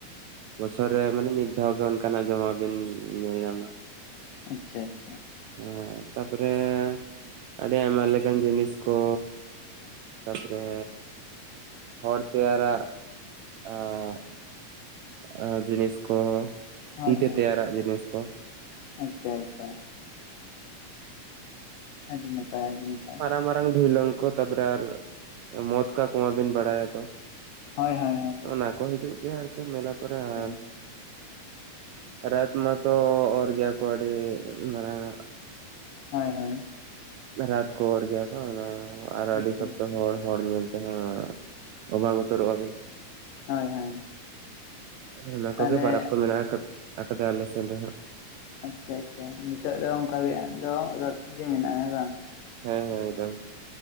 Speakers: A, on the right (about 80°); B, on the left (about 80°).
A: ᱵᱚᱪᱷᱚᱨ ᱨᱮ ᱢᱟᱱᱮ ᱢᱤᱫ ᱫᱷᱟᱣ ᱜᱮ ᱚᱱᱠᱟᱱᱟᱜ ᱡᱚᱢᱟᱜ ᱵᱤᱱ ᱧᱮᱞ ᱧᱟᱢᱟ᱾
B: ᱟᱪᱪᱷᱟ ᱟᱪᱪᱷᱟ
A: ᱦᱮᱸ ᱛᱟᱯᱚᱨᱮ ᱟᱹᱰᱤ ᱟᱭᱢᱟ ᱞᱮᱠᱟᱱ ᱡᱤᱱᱤᱥ ᱠᱚ, ᱛᱟᱯᱚᱨᱮ ᱦᱚᱲ ᱛᱮᱭᱟᱨᱟ-ᱜ ᱮᱸᱻ ᱟᱸᱻ ᱡᱤᱱᱤᱥ ᱠᱚ
B: ᱦᱮᱸ
A: ᱛᱤᱛᱮ
B: ᱦᱮᱸ
A: ᱛᱮᱭᱟᱨᱟᱜ ᱡᱤᱱᱤᱥ ᱠᱚ
B: ᱟᱪᱪᱷᱟ ᱟᱪᱪᱷᱟ ᱟᱹᱰᱤ ᱱᱟᱯᱟᱭ ᱟᱹᱰᱤ ᱱᱟᱯᱟᱭ
A: ᱢᱟᱨᱟᱝ ᱢᱟᱨᱟᱝ ᱰᱷᱩᱭᱞᱝ ᱠᱚ ᱛᱟᱯᱚᱨᱮ ᱟᱨ ᱢᱚᱛ ᱠᱟ ᱠᱚᱶᱟ ᱵᱤᱱ ᱵᱟᱲᱟᱭᱟ ᱛᱚ,
B: ᱦᱚᱭ ᱦᱚᱭ ᱦᱚᱭ
A: ᱚᱱᱟ ᱠᱚ ᱦᱤᱡᱩᱜ ᱜᱮᱭᱟ ᱟᱨᱠᱤ ᱢᱮᱞᱟ ᱠᱚᱨᱮ ᱟᱨ
B: ᱟᱪᱪᱷᱟ
A: ᱨᱟᱡ ᱢᱟᱛᱚ ᱚᱨ ᱜᱮᱭᱟ ᱠᱚ ᱟᱹᱰᱤ ᱢᱟᱨᱟᱝ ᱟᱜ᱾
B: ᱦᱳᱭ ᱦᱳᱭ
A: ᱨᱟᱛ ᱠᱚ ᱚᱨ ᱜᱮᱭᱟ ᱠᱚ ᱟᱨᱚ
B: ᱟᱪᱪᱷᱟ
A: ᱟᱹᱰᱤ ᱥᱯᱛᱚᱦᱚ
B: ᱟᱪᱪᱷᱟ
A: ᱦᱚᱲ, ᱦᱚᱲ ᱧᱮᱞ ᱛᱮᱦᱟᱸᱜ ᱚᱵ ᱩᱛᱟᱹᱨᱚᱜ-ᱟ ᱵᱤᱱ
B: ᱦᱳᱭ ᱦᱳᱭ
A: ᱚᱱᱟ
B: ᱛᱟᱦᱚᱞᱮ
A: ᱠᱚᱜᱮ ᱯᱟᱨᱟᱵᱽ ᱠᱚ ᱢᱮᱱᱟᱜ ᱟᱠᱟᱫ ᱟᱠᱟᱫᱟ ᱟᱞᱮ ᱥᱮᱱ ᱨᱮ ᱦᱚᱸᱟᱜ᱾
B: ᱟᱪᱪᱷᱟ ᱟᱪᱪᱷᱟ ᱱᱤᱛᱳᱜ ᱫᱚ ᱚᱱᱠᱟ ᱜᱮ ᱟᱫᱚ ᱨᱚᱫ ᱜᱮ ᱢᱮᱱᱟᱜ-ᱟ ᱦᱮᱸ ᱵᱟᱝ᱾
A: ᱦᱮᱸ ᱦᱮᱸ ᱚᱱᱴᱟᱱ᱾